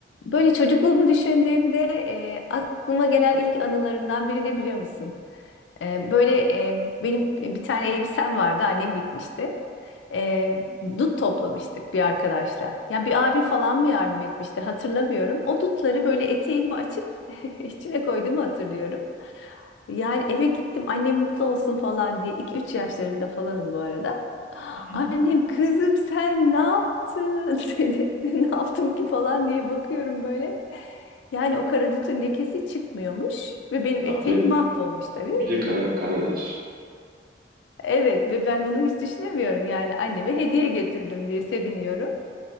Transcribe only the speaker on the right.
Hı
Ha,
bir de
bir de kara, karadut.